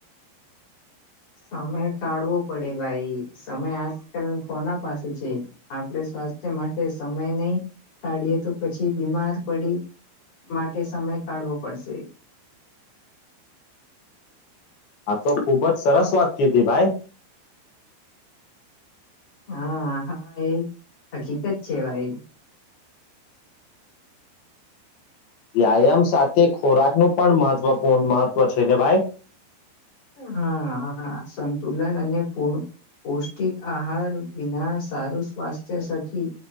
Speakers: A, on the left; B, on the left.
A: સમય કાઢવો પડે ભાઈ સમય આજકાલ કોના પાસે છે. આપડે માટે સમય નહી કાઢએ તો પછી બીમાર પડી માટે સમય કાઢવો પડશે.
B: <inaudible> તો ખુબ જ સરસ વાત કીધી ભાઈ.
A: હા હા એ હકીકત છે ભાઈ.
B: વ્યાયામ સાથે ખોરાકનું પણ મહત્વપૂર્ણ મહત્વ છે ને ભાઈ?
A: હા હા સંતુલન અને પૂ પૌષ્ટિક આહાર વિના સારું સ્વાસ્થ્ય સખી